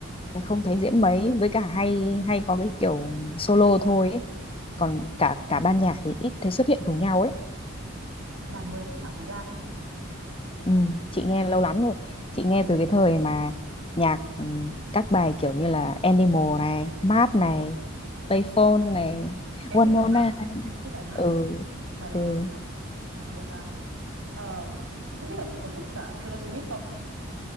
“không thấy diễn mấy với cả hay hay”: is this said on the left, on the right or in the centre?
Left